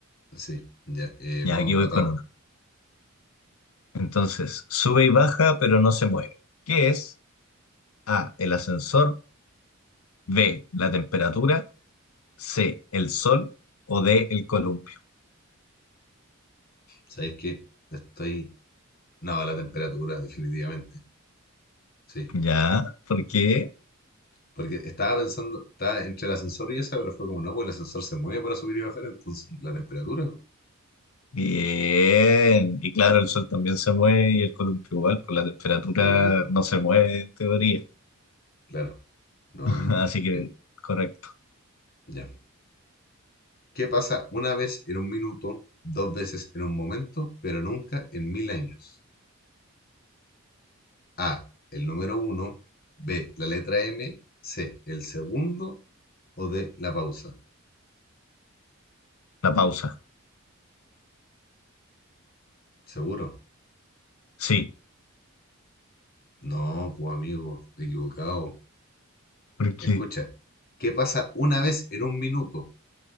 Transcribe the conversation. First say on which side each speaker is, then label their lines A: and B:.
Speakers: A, on the left; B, on the left.
A: Sí, ya. eh,
B: Ya,
A: vamos
B: aquí
A: empatados.
B: voy con uno. Entonces, sube y baja, pero no se mueve. ¿Qué es? A, el ascensor, B, la temperatura, C, el sol o D, el columpio.
A: ¿Sabéis qué? Estoy. No, la temperatura, definitivamente. Sí.
B: Ya, ¿por qué?
A: Porque estaba pensando, estaba entre el ascensor y esa, pero fue como, no, pues el ascensor se mueve para subir y bajar, entonces la temperatura.
B: Bien. Y claro, el sol también se mueve y el columpio igual, pues la temperatura
A: Sí, pues.
B: no se mueve en teoría.
A: Claro. No,
B: <laughs>
A: no,
B: Así
A: no.
B: que,
A: Oye,
B: correcto.
A: ya. ¿Qué pasa una vez en un minuto, dos veces en un momento, pero nunca en mil años? A, el número uno, B, la letra M, C, el segundo o D, la pausa.
B: La pausa,
A: ¿Seguro?
B: sí,
A: No, pues amigo, equivocado.
B: porque...
A: Escucha, ¿qué pasa una vez en un minuto?